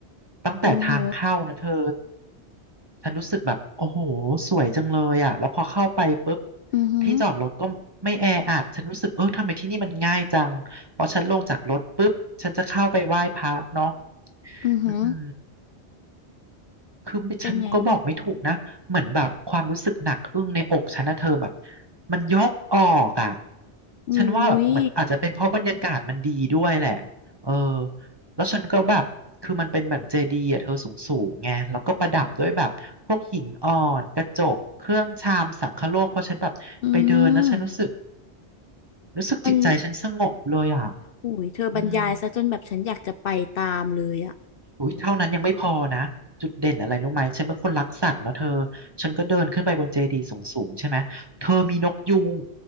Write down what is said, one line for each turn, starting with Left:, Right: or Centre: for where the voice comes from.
Right: ตั้งแต่ทางเข้านะเธอ
Left: โอ้โห
Right: ฉันรู้สึกแบบโอ้โหสวยจังเลยอ่ะแล้วพอเข้าไปปุ๊บ
Left: อือหือ
Right: ที่จอดรถก็ไม่แออัดฉันรู้สึกเออทำไมที่นี่มันง่ายจังพอฉันลงจากรถปุ๊บฉันจะเข้าไปไหว้พระเนาะ
Left: อือหือ
Right: อือหือ คือไม่ฉันก็บอกไม่ถูกนะเหมือนแบบความรู้สึกหนักอึ้งในอกฉันนะเธอแบบ
Left: เป็นไง
Right: มันยกออกอ่ะ
Left: อุ้
Right: ฉันว่าแบบเหมือนอาจจะเป็นเพราะบรรยากาศมันดีด้วยแหละ
Left: ย
Right: เออแล้วฉันก็แบบคือมันเป็นแบบเจดีย์อ่ะเธอสูงสูงไงแล้วก็ประดับด้วยแบบพวกหินอ่อนกระจกเครื่องชามสังคโลกเพราะฉันแบบไปเดินนะฉันรู้สึก
Left: อืม
Right: รู้สึกจิตใจฉันสงบเลยอ่ะ
Left: มันอุ้ยเธอบรรยายซะจนแบบฉันอยากจะไปตามเลยอ่ะ
Right: อืม อุ้ยเท่านั้นยังไม่พอนะจุดเด่นอะไรรู้ไหมฉันเป็นคนรักสัตว์เนาะเธอฉันก็เดินขึ้นไปบนเจดีย์สูงๆใช่ไหมเธอมีนกยูง